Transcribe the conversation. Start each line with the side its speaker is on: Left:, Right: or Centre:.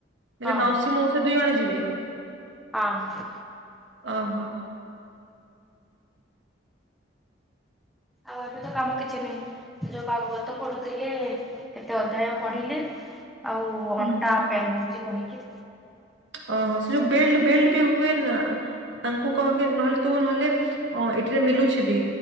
Centre: ହଁ
Right: ବଲେ ମାଉସୀ ମାଉସା ସେ ଦୁଇ ଜଣ ଯିବେ
Centre: ହଁ।
Right: ଓହୋ।
Centre: ଆଉ ଏବେ ତ କାମ କିଛି ନାହିଁ ଯୋଉ ଭାଗବତ ପଢୁଥିଲେ କେତେ ଅଧ୍ୟାୟ ପଢ଼ିଲେ? ଆଉ
Right: ହୁଁ।
Centre: ଅଣ୍ଟା ପେନ୍ ହଉଛି କହିକି
Right: ଓହୋ ସେ ଯୋଉ ବେଲ୍ଟ ବେଲ୍ଟ ବି ହୁଏନା ତାଙ୍କୁ କହକି ନହେଲେ ତୁ ନହେଲେ ଅଁ ଏଠିରେ ମଲୁଛି ବି,